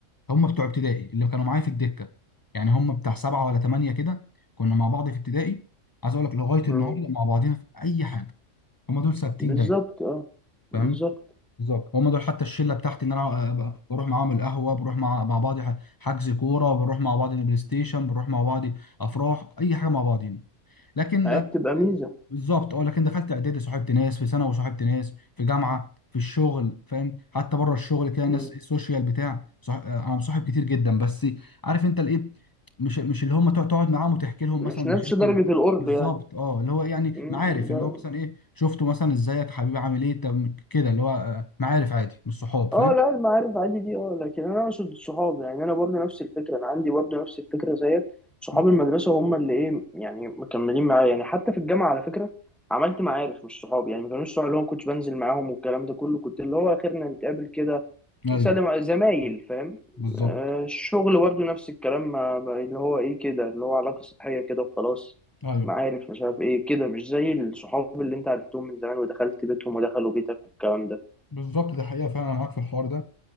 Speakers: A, on the left; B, in the centre.
A: هم بتوع ابتدائي اللي كانوا معايا في الدكه يعني هم بتاع سبعه ولا ثمانيه كده كنا مع بعض في ابتدائي عايز اقول لك لغايه النهارده
B: مم.
A: مع بعضينا في اي حاجه هم دول ثابتين
B: بالظبط
A: دايما
B: اه بالظبط
A: فاهم بالظبط هم دول حتى الشله بتاعتي ان انا أبقى- بروح معاهم القهوه بروح مع مع بعض ح- حجز كوره بروح مع بعض البلاي ستيشن بروح مع بعض افراح اي حاجه مع بعضين لكن
B: هي بتبقى ميزة
A: بالظبط اه لكن دخلت اعدادي صاحبت ناس في ثانوي صاحبت ناس في جامعه في الشغل فاهم حتى بره الشغل كده ناس
B: مم.
A: السوشيال بتاع صح... آه، انا مصاحب كتير جدا بس عارف انت الايه مش مش اللي هم تقعد تقعد معاهم وتحكي لهم
B: مش
A: مثلا مشاكل
B: نفس درجة القرب
A: بالظبط
B: يعني
A: اه اللي هو يعني
B: مم.
A: معارف
B: ده
A: اللي هو مثلا ايه شفته مثلا ازيك حبيبي عامل ايه طب كده اللي هو آه، معارف عادي مش صحاب
B: اه
A: فاهم
B: لا المعارف عادي دي اه لكن انا اقصد الصحاب يعني انا برضه نفس الفكرة انا عندي برضه نفس الفكرة زيك صحاب
A: مم.
B: المدرسة هم اللي ايه يعني مكملين معايا يعني حتى في الجامعة على فكرة عملت معارف مش صحاب يعني ما كانوش صحاب اللي هو كنت بنزل معاهم والكلام ده كله كنت اللي هو اخرنا نتقابل كده
A: ايوه
B: سلم زمايل فاهم
A: بالظبط
B: آه، الشغل برضه نفس الكلام ما بقى- اللي هو ايه كده اللي هو علاقة سطحية كده وخلاص
A: ايوه
B: معارف مش عارف ايه كده مش زي الصحاب اللي انت عرفتهم من زمان ودخلت بيتهم ودخلوا بيتك والكلام ده
A: بالظبط دي حقيقه فعلا انا معاك في الحوار ده